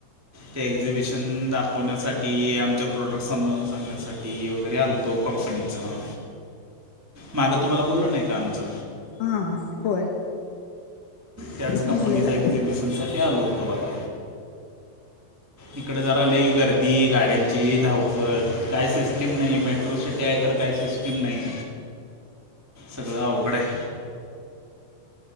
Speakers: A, on the right; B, on the left.
A: ते एक्झिबिशन दाखव. दाखवण्यासाठी आमच्या प्रोडक्ट समजावून सांगण्यासाठी वगैरे आलतो कंपनीचं. माग तुम्हाला बोललो नाही का आमचं.
B: हा हा होय.
A: त्याच
B: बोललेला
A: कंपनीचा एक्झिबिशनसाठी आलो होतो बघा. इकड जरा लई गर्दी गाड्यांची धावपळ काय सिस्टीम नाही मेट्रो सिटी आहे खर काय सिस्टीम नाही. सगळं अवघडे आहे.